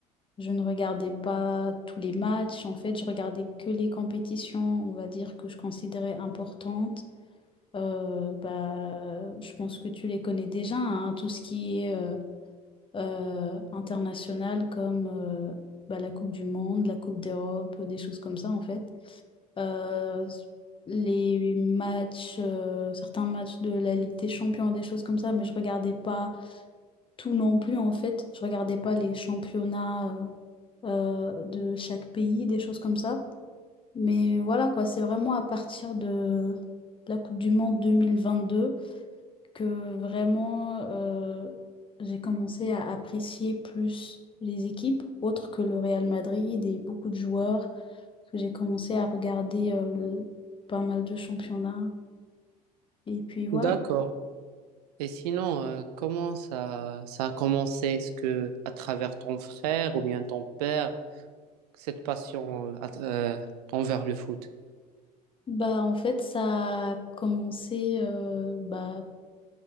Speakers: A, on the left; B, on the right.
A: je ne regardais pas tous les matchs. En fait, je regardais que les compétitions, on va dire, que je considérais importantes. Euh, bah, je pense que tu les connais déjà, hein, tout ce qui est euh, euh, international comme euh, bah, la Coupe du Monde, la Coupe d'Europe, euh, des choses comme ça, en fait. Euh, les matchs, euh, certains matchs de la Ligue des Champions, des choses comme ça, mais je regardais pas tout non plus en fait. Je regardais pas les championnats euh, euh, de chaque pays, des choses comme ça. Mais voilà quoi, c'est vraiment à partir de la Coupe du Monde 2022 que vraiment euh, j'ai commencé à apprécier plus les équipes autres que le Real Madrid et beaucoup de joueurs, que j'ai commencé à regarder euh, le- pas mal de championnats. Et puis voilà.
B: D'accord. Et sinon, euh, comment ça, ça a commencé? Est-ce que à travers ton frère ou bien ton père? cette passion euh, euh, envers le foot.
A: Bah, en fait, ça a commencé euh, bah,